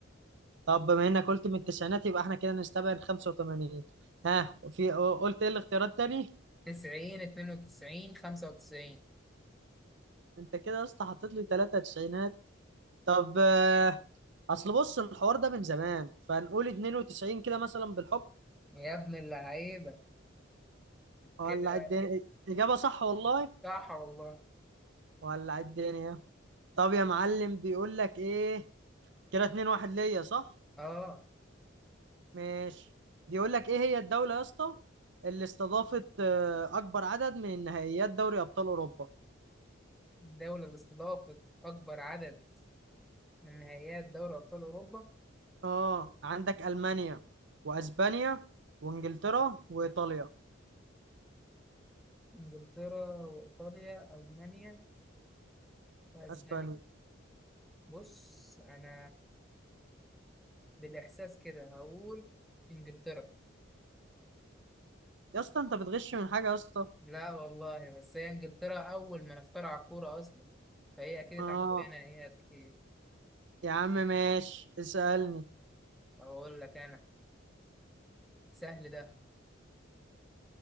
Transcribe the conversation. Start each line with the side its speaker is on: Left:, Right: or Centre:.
Right: طب بما انك قلت من التسعينات يبقى احنا كده نستبعد 85 ها في قلت ايه الاختيارات تاني
Centre: 90 92 95
Right: انت كده يا اسطى حطيت لي ثلاثة تسعينات طب آه، اصل بص الحوار ده من زمان فنقول 92 كده مثلا بالحب
Centre: يا ابن اللعيبة
Right: ولع
Centre: كده
Right: الدنيا اجابه صح والله
Centre: صح والله
Right: ولع الدنيا طب يا معلم بيقول لك ايه كده 2 1 ليا صح
Centre: اه
Right: ماشي بيقول لك ايه هي الدوله يا اسطى اللي استضافت آه، اكبر عدد من نهائيات دوري ابطال اوروبا
Centre: الدولة اللي استضافت أكبر عدد من نهائيات دوري أبطال أوروبا
Right: اه عندك المانيا واسبانيا وانجلترا وايطاليا
Centre: إنجلترا وإيطاليا ألمانيا وأسبانيا
Right: اسبانيا
Centre: بص أنا بالإحساس كده هقول إنجلترا
Right: يا اسطى انت بتغش من حاجه يا اسطى
Centre: لا والله بس هي إنجلترا أول ما اخترع الكورة أصلا فهي أكيد
Right: اه
Centre: اتعمل فيها نهائيات كتير
Right: يا عم ماشي اسالني
Centre: أقول لك أنا سهل ده